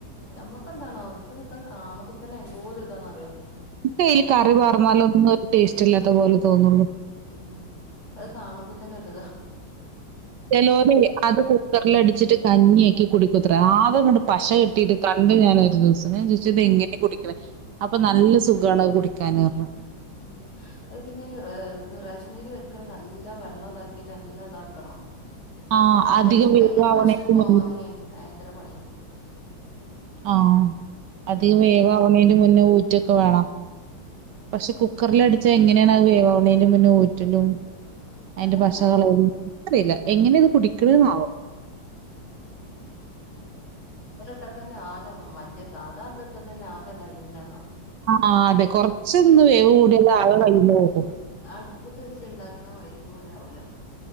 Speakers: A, on the left; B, on the right.
A: നമ്മുക്കെന്താണാവോ ഇൻക് അത് കാണുമ്പോ തന്നെ എന്തോര് ഇതാന്ന്റിയോ
B: ഇൻക് അയില് കറി പാർന്നാൽ ഒന്നും ടേസ്റ്റ് ഇല്ലാത്ത പോലെ തോന്നുള്ളൂ
A: ഉം അത് കാണുമ്പോ തന്നെ ഒരുത
B: ചലോല് അത് കുക്കർൽ അടിച്ചിട്ട് കഞ്ഞിയാക്കി കുടിക്കത്ര ആകങ്ങട്ട് പശ
A: ഉം
B: കെട്ടിട്ട് കണ്ട് ഞാനൊരുദൂസം
A: ഉം
B: ഞാൻ ചോദിച്ചു ഇത് എങ്ങനെയ കുടിക്കണ അപ്പൊ നല്ല സുഖമാണ്ത് കുടിക്കാൻ പറഞ്ഞു
A: ഉം അത് പിന്നെ ഈ റ ഇത് റശ്മീരി വെക്കണ നല്ല വെള്ളം ഇതാക്കിട്ട് നല്ലാം ഇതാക്കണം.
B: ആ
A: നല്ലാം വെള്ളം
B: അധികം
A: ഒഴിച്ചിട്ട്
B: വേവാവണേന്
A: അയിന്റെ പശ പോവാനേ
B: മുന്നേ
A: ഭയങ്കര പണിയാ.
B: ആഹ്. അധികം വേവാവ്ണേന്റെ മുന്നേ ഊറ്റൊക്കെ വേണം. പക്ഷെ കുക്കറ്ല് അടിച്ചാ എങ്ങനേണ് അത് വേവാവ്ണേന് മുന്നേ ഊറ്റലും അയിന്റെ
A: എല്ലാണാവോ
B: പശ കളയൽ ഇൻകറീല്ല. എങ്ങനെ
A: ഉം
B: ഇത് കുടിക്കണെന്നാവോ.
A: ഉം ഇങ്ങനെ ഇട്ടാ തന്നെ ആക മ മറ്റേ സാധാ ഇത് ഇട്ടാ തന്നെ ആകണ്ടലിണത് കാണാ.
B: ആഹ് അതെ കൊറച്ചൊന്ന് വേവ് കൂടിയാല് ആകെ കയ്ന്ന് പോകും.
A: അടുപ്പത്ത് വെച്ച് ഇണ്ടാക്ണ മായ്രി പോലെ ആവൂലാ.